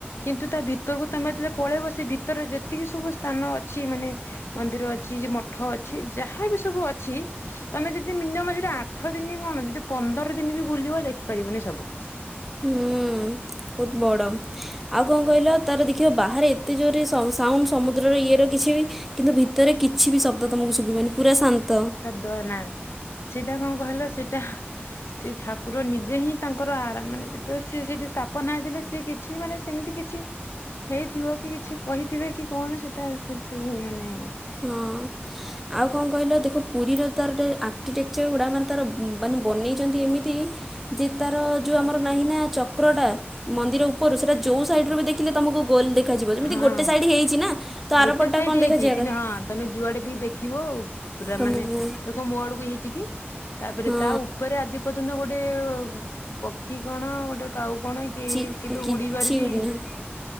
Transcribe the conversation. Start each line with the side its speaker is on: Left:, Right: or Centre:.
Left: କିନ୍ତୁ ତା ଭିତରକୁ ତମେ ଯେତେବେଳେ ପଳେଇବ ସେ ଭିତରରେ ଯେତିକି ସବୁ ସ୍ଥାନ ଅ ଅଛି ମାନେ ମନ୍ଦିର ଅଛି ମଠ ଅଛି ଯାହା ବି ସବୁ ଅଛି ତମେ ଯଦି ମିନିମମ୍ ସେଠି ଆଠ ଦିନ କଣ ଯଦି ପନ୍ଦର ଦିନ ବି ବୁଲିବ ଦେଖିପାରିବନି ସବୁ
Centre: ହୁଁ ବହୁତ ବଡ଼ ଆଉ କଣ କହିଲ ତାର ଦେଖିବ ବାହାରେ ଏତେ ଜୋରରେ ସାଉଣ୍ଡ ସମୁଦ୍ରର ଇଏ ର କିଛି ବି କିନ୍ତୁ ଭିତରେ କିଛି ବି ଶବ୍ଦ ତୁମକୁ ଶୁଭିବାନି ପୁରା ଶାନ୍ତ।
Left: ତ ନା ସେଇଟା କଣ କହିଲ ସେଇଟା। ସେ ଠାକୁର ନିଜେ ହିଁ ତାଙ୍କର ଆର ମାନେ ଯେତେବେଳେ ସି ସେଇଠି ସ୍ଥାପନା ହେଇଥିଲେ ସିଏ କି କିଛି ମାନେ ସେମିତି କିଛି। ହେଇଥିବ କି କିଛି କହିଥିବେ କି କଣ ସେଟା ସେ ମାନେ।
Centre: ହଁ ଆଉ କଣ କହିଲ ଦେଖ ପୁରୀର ତାର ଆର୍କିଟେକ୍ଚର ଗୁଡ଼ା ମାନେ ତାର ମାନେ ବନେଇଛନ୍ତି ଏମିତି। ଯେ ତାର ଯୋଉ ଆମର ନାହିଁ ନା ଚକ୍ର ଟା। ମନ୍ଦିର ଉପରୁ ସେଇଟା ଯୋଉ ସାଇଡୁ ରୁ ବି ଦେଖିଲେ ତମକୁ ଗୋଲ ଦେଖାଯିବ ଯେମିତି
Left: ହଁ
Centre: ଗୋଟେ ସାଇଡ ହେଇଛି ନା। ତ ଆରପଟଟା
Left: ଗୋଟେ ସାଇଡ
Centre: କଣ
Left: ହେଇଛି
Centre: ଦେଖାଯିବା
Left: କିନ୍ତୁ
Centre: କଥା
Left: ହଁ। ତମେ ଯୁଆଡେ ବି ଦେଖିବ ପୁରା
Centre: ତୁମକୁ
Left: ମାନେ ତ କଣ ମୋ ଆଡକୁ ହେଇଛି କି। ତାପରେ
Centre: ହଁ
Left: ତା ଉପରେ ଆଜି ପର୍ଯ୍ୟନ୍ତ ଗୋଟେ ପକ୍ଷୀ କଣ ଗୋଟେ କାଉ କଣ କି କି
Centre: ଚି-
Left: କେବେ
Centre: କିଛି
Left: ଉଡିିବାର ବି
Centre: ଉଡ଼ି ନାହିଁ